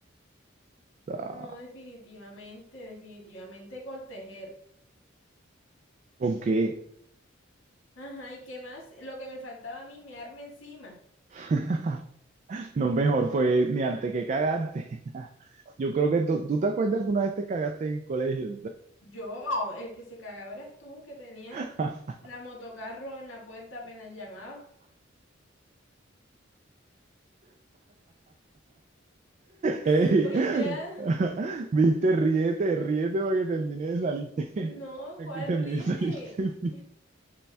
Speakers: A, on the right; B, on the left.
A: Ah,
B: No, definitivamente, definitivamente coltejer.
A: ¿Por qué?
B: Ajá, ¿y qué más? Lo que me faltaba a mí, me arma encima.
A: <laughs> No, mejor pues ni antes que cagarte. <laughs> Yo creo que tú, ¿tú te acuerdas que una vez te cagaste en colegio?
B: Yo, el que se cagaba eras tú, que tenías
A: <laughs>
B: la motocarro en la puerta apenas llamaba.
A: Ey,
B: <laughs> Oye, Dea,
A: <laughs> viste, ríete, ríete para que termine de salirte,
B: no,
A: <laughs> para
B: ¿cuál
A: que termine
B: ríete?
A: de salirte. <laughs>